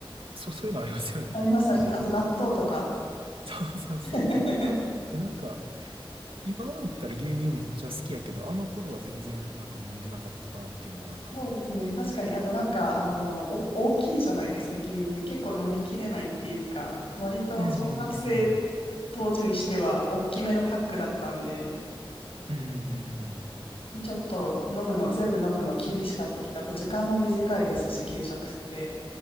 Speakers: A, on the right (about 70°); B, on the left (about 80°).
A: そう、そういうのありますよね。
B: あります、あります。あと納豆とか。
A: <laughs> そうそうそう。
B: <laughs>
A: え、なんか、今思ったら牛乳めっちゃ好きやけど、あの頃は全然なんか飲んでなかったなっていうのはあるかも。
B: そうですね。確かに。あとなんか、あの、お、大きいじゃないですか、牛乳。結構飲みきれないっていうか、割と小学生
A: うんうんうん
B: 当時にしては大きめのパックだったんで、
A: うん
B: ちょっと飲むの、全部飲むの厳しかった気が、あと時間も短いですし、給食って